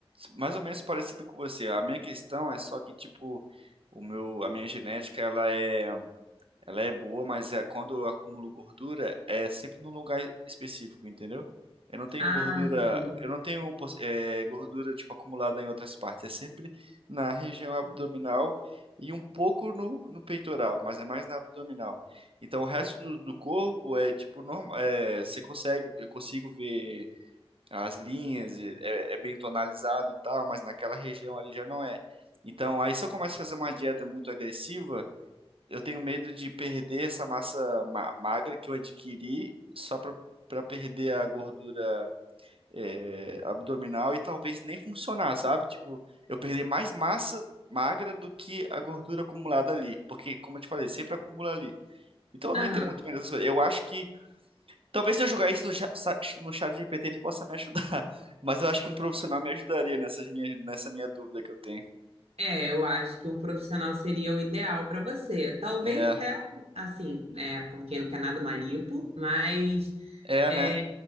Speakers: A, on the right; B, on the right.
A: mais ou menos parecido com você. A minha questão é só que, tipo, o meu, a minha genética, ela é Ela é boa, mas é, quando eu acumulo gordura, é sempre num lugar específico, entendeu? Eu não tenho
B: Ah,
A: gordura,
B: sim.
A: eu não tenho pos- é, gordura tipo acumulada em outras partes, é sempre na região abdominal e um pouco no, no peitoral, mas é mais na abdominal. Então o resto do, do corpo é tipo normal, é, você consegue, eu consigo ver as linhas, e é, é bem tonalizado e tal, mas naquela região ali já não é. Então aí se eu começo a fazer uma dieta muito agressiva eu tenho medo de perder essa massa ma- magra que eu adquiri só pra, pra perder a gordura é, abdominal e talvez nem funcionar, sabe? Tipo, eu perder mais massa magra do que a gordura acumulada ali. Porque, como eu te falei, sempre acumula ali. Então eu
B: Aham.
A: não entendo muito bem dessas coisas. Eu acho que. Talvez se eu jogar isso no cha- sa- no chat GPT ele possa me ajudar. <laughs> Mas eu acho que um profissional me ajudaria nessas minhas, nessa minha dúvida que eu tenho.
B: É, eu acho que um profissional seria o ideal para você. Talvez
A: É,
B: até, assim, é, como quem não quer nada, uma lipo, mas
A: é,
B: é,
A: né?